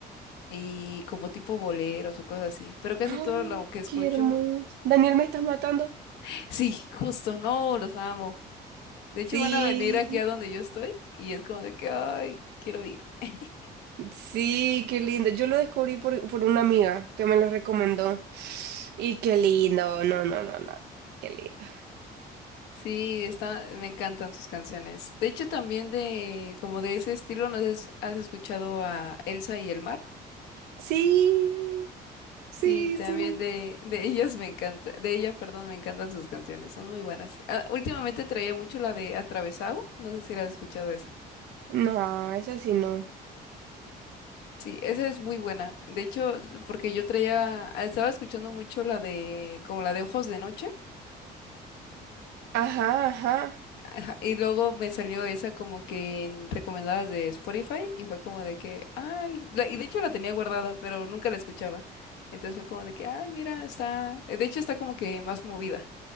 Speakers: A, on the left; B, on the right.
A: y como tipo boleros o cosas así. Pero casi
B: Ah,
A: todo lo que escucho,
B: qué hermoso. Daniel, ¿me estás matando?
A: <laughs> sí, justo, no, los amo. De hecho,
B: Sí,
A: van a venir aquí a donde yo estoy y es como de que, ay, quiero ir. <laughs>
B: sí, qué lindo. Yo lo descubrí por, por una amiga que me lo recomendó. Y qué lindo. No, no, no, no. Qué lindo.
A: Sí, está, me encantan sus canciones. De hecho, también de, como de ese estilo, no sé si has escuchado a Elsa y el mar.
B: Sí, sí,
A: Sí, también
B: sí.
A: de, de ellos me encanta, de ella, perdón, me encantan sus canciones, son muy buenas. Ah, últimamente traía mucho la de Atravesado, no sé si la has escuchado esa.
B: No, eso sí no.
A: Sí, esa es muy buena. De hecho, porque yo traía, ah, estaba escuchando mucho la de, como la de Ojos de Noche,
B: Ajá, ajá.
A: ajá, y luego me salió esa como que en recomendadas de Spotify, y fue como de que, ay, la- y de hecho la tenía guardada, pero nunca la escuchaba. Entonces fue como de que, ay, mira, está, eh, de hecho está como que más movida,